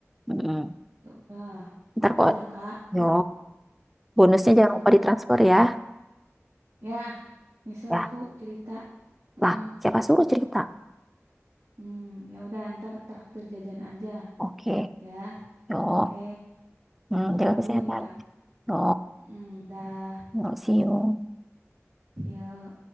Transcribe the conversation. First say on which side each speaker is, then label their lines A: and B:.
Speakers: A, in the centre; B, on the right.
A: Mm-mm.
B: ya udah
A: Ntar
B: makasih
A: kok,
B: ya kak aku
A: yo, bonusnya
B: mm,
A: jangan lupa
B: aku
A: ditransfer
B: mau mak-
A: ya.
B: ya nyesel
A: Ya,
B: aku cerita Mm-mm.
A: lah, siapa suruh cerita?
B: Hmm, ya udah ntar traktir jajan aja
A: Oke,
B: ya
A: yo,
B: oke
A: Hmm,
B: makan
A: jaga
B: dulu
A: kesehatan.
B: nih kak
A: Yo,
B: Mm, dah
A: yo, see you.
B: see you.